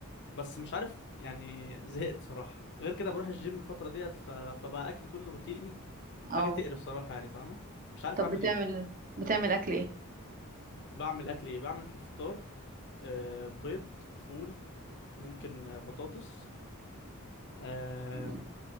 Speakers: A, on the left; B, on the right.
A: بس مش عارف يعني زهقت صراحة غير كده بروح الجيم الفترة ديت ف... فبقى اكلي كله روتيني وحاجة
B: اه
A: تقرف صراحة يعني فاهمة مش عارف
B: طب
A: اعمل
B: بتعمل
A: ايه
B: بتعمل اكل ايه
A: بعمل اكل ايه بعمل في الفطار آه، بيض فول ممكن آه، بطاطس آم،
B: مم.